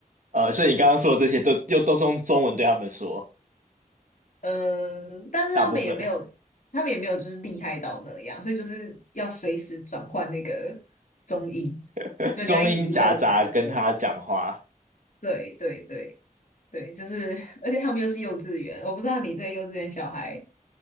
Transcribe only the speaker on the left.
嗯，但是他们也没有，
他们也没有就是厉害到那样，所以就是要随时转换那个中音，
就你要一直不断的转换这样。
对对对，对，就是，而且他们又是幼稚园，我不知道你对幼稚园小孩，